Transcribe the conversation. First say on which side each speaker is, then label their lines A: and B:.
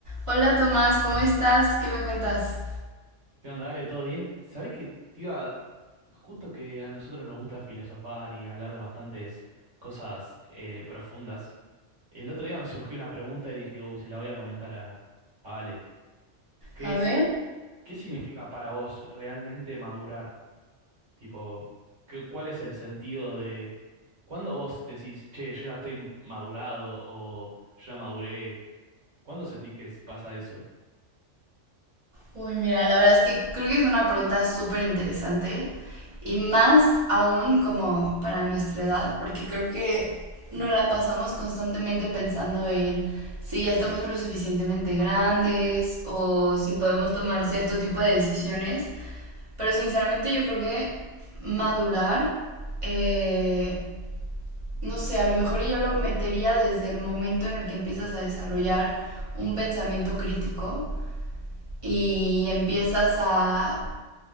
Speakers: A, on the right; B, on the right.
A: Hola Tomás, ¿cómo estás? ¿Qué me cuentas?
B: ¿Qué onda? Dale, ¿todo bien? ¿Sabés que, tío, justo que a nosotros nos gusta filosofar y hablar de bastantes cosas eh, profundas, el otro día me surgió una pregunta y dije, uy, se la voy a comentar a, a Ale. ¿Qué
A: A
B: es,
A: ver.
B: qué significa para vos realmente madurar? Tipo, ¿qué- cuál es el sentido de... ¿Cuándo vos decís, che, yo ya estoy madurado o ya maduré? ¿Cuándo sentís que es- pasa eso?
A: Uy, mira, la verdad es que creo que es una pregunta súper interesante y más aún como para nuestra edad, porque creo que nos la pasamos constantemente pensando en si ya estamos lo suficientemente grandes o si podemos tomar cierto tipo de decisiones, pero sinceramente yo creo que madurar eh, no sé, a lo mejor yo lo metería desde el momento en el que empiezas a desarrollar un pensamiento crítico y empiezas a